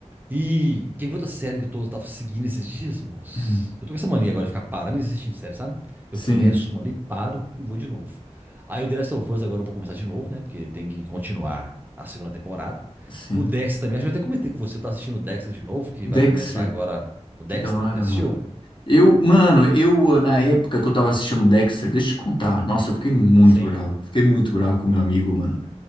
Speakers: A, on the right; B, on the left.
A: E quer ver outra série que eu tô, tava seguindo esses dias, moço?
B: Uhum.
A: Eu tô com essa mania agora de ficar parando e assistindo série, sabe? Eu
B: Sim,
A: começo uma ali, paro e vou de novo. Aí o The Last of Us agora eu vou começar de novo, né? Porque tem que continuar a segunda temporada.
B: sim.
A: O Dexter também, acho que eu até comentei com você, eu tô assistindo o Dexter de novo, que
B: Dexter.
A: vai começar agora o Dexter.
B: Que da hora,
A: Você assistiu?
B: mano. Eu, mano, eu, na época que eu tava assistindo o Dexter, deixa eu te contar. Nossa, eu fiquei muito
A: Sim.
B: bravo. Fiquei muito bravo com meu amigo, mano.